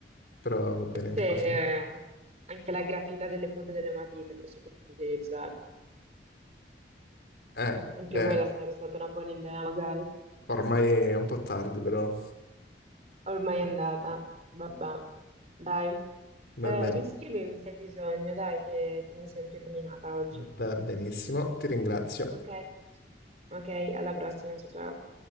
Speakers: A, on the left; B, on the right.
A: però va bene
B: Forse
A: anche
B: eh,
A: così.
B: anche la grafita delle punte delle matite avresti potuto utilizzare.
A: Eh,
B: Anche
A: beh,
B: quella sarebbe stata una buona idea, magari.
A: ormai è un po' tardi, però
B: Ormai è andata, vabbè. Dai,
A: va
B: eh,
A: bene.
B: riscrivimi se hai bisogno, dai, che, che mi sento illuminata oggi.
A: Va benissimo, ti ringrazio.
B: Ok, ok, alla prossima, ciao. ciao.